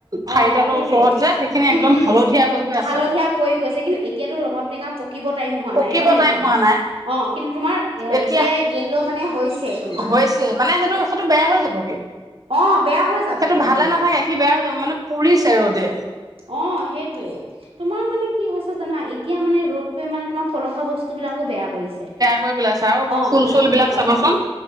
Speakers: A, on the right; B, on the right.
A: অ
B: ঠাৰিডালৰ
A: সেইটোৱে
B: ওচৰত যে, সেইখিনি
A: উম
B: একদম
A: উম
B: হালধীয়া হৈ গৈ আছে।
A: হালধীয়া পৰি গৈছে কিন্তু এতিয়াতো ৰবাব টেঙা পকিব টাইম হোৱা
B: পকিব
A: নাই, হয় নে
B: টাইম
A: নহয়,
B: হোৱা নাই
A: অ'। কিন্তু তোমাৰ
B: এতিয়া
A: এতিয়াই ইয়েল' মানে হৈছে, তোমাৰ
B: হৈছে মানে সেইটো সেইটো বেয়া হৈ যাবগে
A: অ', বেয়া হৈ যাবগৈ
B: সেইটো ভালে
A: তোমাৰ।
B: নাথাকে সি বেয়া হৈ যাব মানে পুৰিছে ৰ'দে।
A: অ', সেইটোয়ে। তোমাৰ মানে কি হৈছে জানা, এতিয়া মানে ৰ'দটোৱে মানে তোমাৰ ফলসা বস্তু বস্তু বিলাকো বেয়া কৰিছে।
B: কৰি পেলাইছে আৰু
A: ‌ অ',
B: ফুল
A: মানে
B: চুল
A: তে
B: বিলাক
A: এ
B: চাবাচোন
A: যি